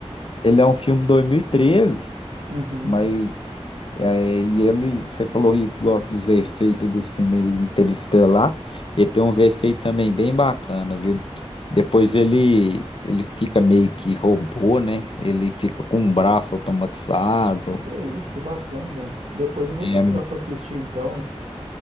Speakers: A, on the left; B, on the right.
A: ele é um filme dois mil e treze
B: Uhum.
A: mas é, e ele, você falou que gosta dos efeitos dos filmes Interestelar, ele tem uns efeitos também bem bacana, viu? Depois ele, ele fica meio que robô, né? Ele fica com um braço automatizado,
B: Que é isso, que bacana, velho. Depois eu vou
A: é,
B: procurar
A: mu-
B: pra assistir então. ué.